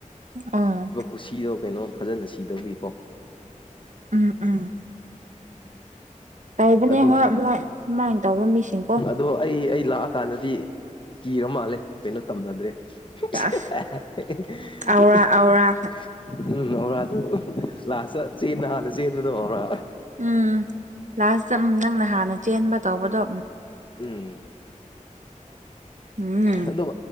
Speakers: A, on the right (about 65°); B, on the left (about 40°).
A: ꯑꯥ
B: ꯀꯠꯁꯤꯗꯣ ꯀꯩꯅꯣ ꯐꯖꯅ ꯁꯤꯗꯧꯒꯤꯀꯣ
A: ꯎꯝ ꯎꯝ ꯇꯕꯅꯦ
B: ꯑꯗꯨꯒꯤ
A: ꯍꯣꯏ ꯃꯣꯏ ꯁꯨꯃꯥꯏꯅ ꯇꯧꯕ ꯃꯤꯁꯤꯡꯀꯣ
B: ꯑꯗꯣ ꯑꯩ ꯑꯩ ꯂꯥꯛꯑ ꯀꯥꯟꯗꯗꯤ ꯀꯤꯔ ꯃꯥꯜꯂꯦ ꯀꯩꯅꯣ ꯇꯝꯅꯗ꯭ꯔꯦ <unintelligible>
A: ꯑꯁ ꯑꯧꯔꯥ ꯑꯧꯔꯥ
B: ꯎꯝ ꯍꯧꯧꯔꯥ ꯑꯗꯨ ꯂꯥꯁꯇ ꯆꯦꯟꯟꯅ ꯍꯥꯟꯅ ꯆꯦꯟꯕꯗꯣ ꯍꯧꯔ
A: ꯎꯝ ꯂꯥꯁꯇ ꯎꯝ ꯅꯪꯅ ꯍꯥꯟꯅ ꯆꯦꯟꯕ ꯇꯧꯕꯗꯣ
B: ꯎꯝ
A: ꯎꯝ
B: ꯑꯗꯨꯝ